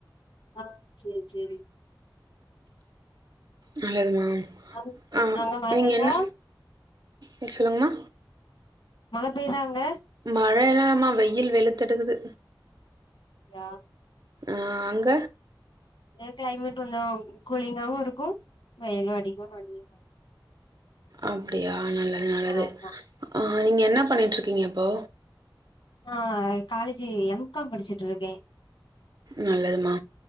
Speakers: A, on the left (about 85°); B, on the right (about 50°).
A: ஆ செரி செரி
B: நல்லதுமா
A: அங்
B: ஆ
A: அங்க மழ
B: நீங்க
A: பெய்தா
B: என்ன ம் சொல்லுங்கமா
A: மழை பெய்தா அங்க
B: மழை இல்லாமா வெயில் வெளுத்துட்டுக்குது
A: யா
B: ஆ அங்க
A: ஏ கிளைமேட் கொஞ்சோ கூலிங்காவு இருக்கு வெயிலு அடிக்கு அப்டியே
B: அப்டியா நல்லது நல்லது
A: ஆமா
B: ஆ நீங்க என்ன பண்ணிட்டு இருக்கீங்க இப்போ
A: நா காலேஜு எம் காம் படிச்சுட்டு இருக்கே
B: நல்லதுமா